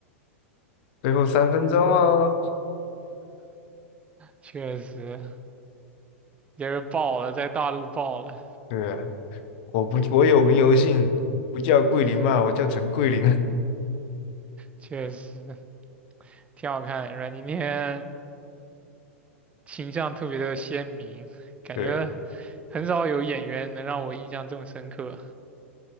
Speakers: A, on the left (about 50°); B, on the right (about 15°).
A: 最后三分钟哦。
B: 确实也是爆了，在大陆爆了，
A: 对啊，我不我有名有姓，不叫桂林嘛，
B: <laughs> 嗯，
A: 我叫陈桂林。
B: 确实挺好看，阮经天。形象特别的鲜明，感觉
A: <laughs> 对啊，
B: 很少有演员能让我印象这么深刻。